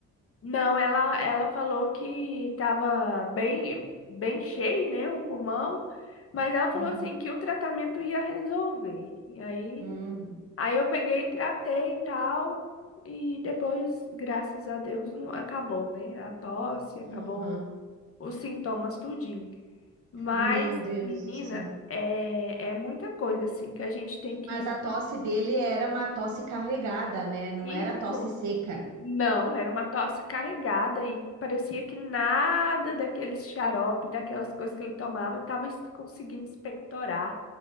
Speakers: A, on the left (about 50°); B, on the right (about 70°).
A: Não, ela, ela falou que tava bem, bem cheio, né, o pulmão, mas ela falou
B: Uhum,
A: assim que o tratamento ia resolver. E aí
B: uhum,
A: Aí eu peguei e tratei e tal. E depois, graças a Deus, não- acabou, né? A tosse, acabou
B: uhum.
A: os sintomas tudinho. Mas,
B: Meu Deus
A: menina,
B: do céu.
A: é, é muita coisa, assim, que a gente tem que.
B: Mas a tosse dele era uma tosse carregada, né? Não
A: Isso
B: era tosse seca.
A: não, era uma tosse carregada e parecia que nada daqueles xarope, daquelas coisas que ele tomava, estava conseguindo expectorar